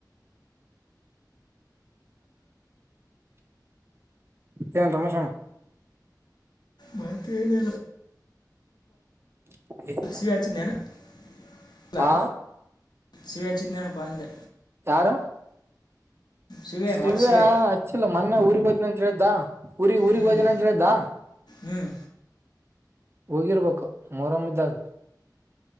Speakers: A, on the right (about 35°); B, on the left (about 70°).
A: ಮತ್ತೇನ್ ರಮೇಶಣ್ಣ
B: ಮತ್ತ ಏನಿಲ್ಲ.
A: ಅಣ್ಣ
B: ಶಿವ್ಯೆ ಹಚ್ಚಿದ್ನೇನ ಹಚ್ಚಿಲ್ಲಾ
A: ಹಾ
B: ಶಿವ್ಯೆ ಹಚ್ಚಿದ್ನೆನಪಾ ಅಂದೆ
A: ಯಾರ
B: ಸಿವೆ
A: ಶಿವ್ಯ
B: ಮಾಡು ಸಿವೆ
A: ಹಚ್ಚಿಲ್ಲ ಮೊನ್ನೆ ಊರಿಗೆ ಹೊತಿನಿ ಅಂತ ಹೇಳಿದ್ದ ಊರಿ ಊರಿಗ
B: ಹ್ಮ್
A: ಹೋತಿನಿ ಅಂತ ಹೇಳಿದಾ
B: ಹ್ಮ್
A: ಹೋಗಿರ್ಬೇಕ ಮೂರಮ್ಮ ಇದ್ದಾಗ